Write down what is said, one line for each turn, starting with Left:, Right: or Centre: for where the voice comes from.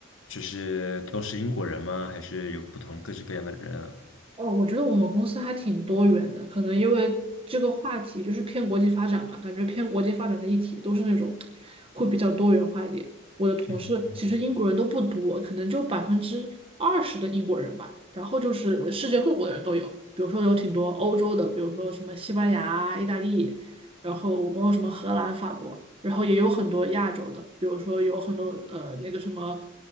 Left: 就是都是英国人吗？还是有不同各式各样的人啊？
Right: 哦，我觉得我们公司还挺多元的，可能因为这个话题就是偏国际发展嘛，感觉偏国际发展的议题都是那种会比较多元化一点。我的同事其实英国人都不多，
Left: 嗯
Right: 可能就百分之二十的英国人吧，然后就是世界各国的人都有，比如说有挺多欧洲的，比如说什么西班牙、意大利，然后我包括什么荷兰、法国，然后也有很多亚洲的，比如说有很多呃那个什么。